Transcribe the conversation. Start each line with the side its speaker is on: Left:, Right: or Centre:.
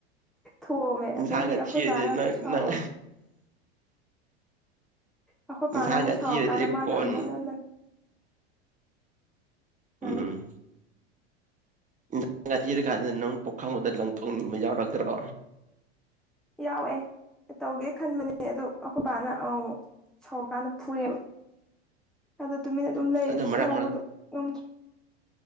Centre: ꯊꯣꯑꯝꯃꯦ
Right: ꯏꯟꯁꯥꯡꯒ
Centre: ꯑꯗꯩꯗꯤ ꯑꯩꯈꯣꯏ
Right: ꯊꯤꯔꯗꯤ
Centre: ꯕꯥꯅ ꯑꯃꯨꯛ
Right: ꯅꯣꯏ
Centre: ꯁꯥꯎꯔ
Right: ꯅꯪ
Centre: ꯑꯩꯈꯣꯏ
Right: ꯏꯟꯁꯥꯡꯒ
Centre: ꯄꯥꯅ ꯑꯃꯨꯛ ꯁꯥꯎꯔꯛꯀꯥꯟꯗ
Right: ꯊꯤꯔꯗꯤ
Centre: ꯃꯥꯅ
Right: ꯀꯣꯟ
Centre: ꯑꯃꯨꯛ ꯑꯩꯉꫭꯟ ꯂꯪ
Right: ꯎꯝ
Centre: ꯑꯥ
Right: ꯏꯟꯁꯥꯡ ꯀꯥ ꯊꯤꯔ ꯀꯥꯟꯗ ꯅꯪ ꯄꯣꯛ ꯈꯪꯕꯗ ꯂꯪꯊꯣꯛꯅꯤꯡꯕ ꯌꯥꯎꯔꯛꯇ꯭ꯔꯣ
Centre: ꯌꯥꯎꯑꯦ ꯇꯧꯒꯦ ꯈꯟꯕꯅꯦ ꯑꯗꯣ ꯑꯩꯈꯣꯏ ꯄꯅ ꯑꯃꯨꯃꯨꯛ ꯁꯥꯎꯔꯀꯥꯟꯗ ꯐꯨꯔꯦꯕ ꯑꯗꫭ ꯇꯨꯃꯤꯟꯅ ꯑꯗꯨꯝ ꯂꯩꯔꯦ
Right: ꯑꯁ ꯑꯗꯨ ꯃꯔꯛ
Centre: ꯁꯥꯎꯕꯗꯣ
Right: ꯃꯔꯛ
Centre: ꯉꯝꯗ꯭ꯔꯦ